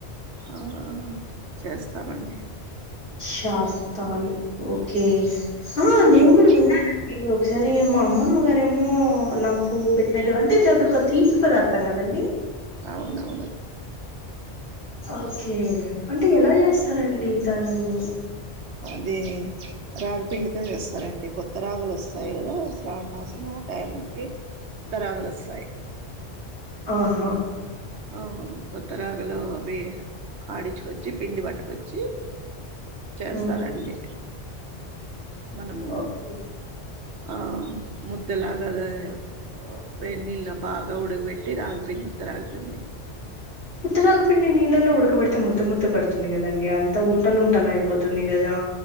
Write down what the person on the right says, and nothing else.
ఆ చేస్తామండి
ఉమ్,
అవునవును
అది రాగీపిండితో చేస్తారండి కొత్త రాగులు వస్తాయి కదా శ్రావణ్ మాసం లో ఆ టైం కి కొత్త రాగులు వస్తాయి
ఆ కొత్త రాగలు అవి ఆడిచుకో చ్చి పిండి పట్టుకొచ్చి చేస్తారండి
మనము
ఆ ముద్దలాగ ఓ వేడి నీళ్లలో బాగా ఉడగబెట్టి రాగిపిండి ఉత్త రాగీ పిండి